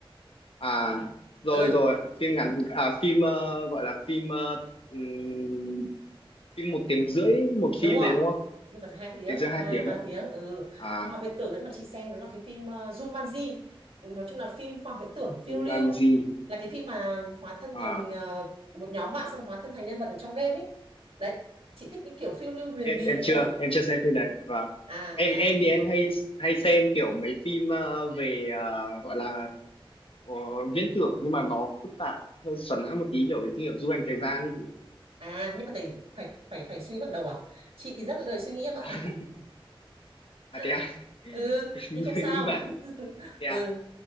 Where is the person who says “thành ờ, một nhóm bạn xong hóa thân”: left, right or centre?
Right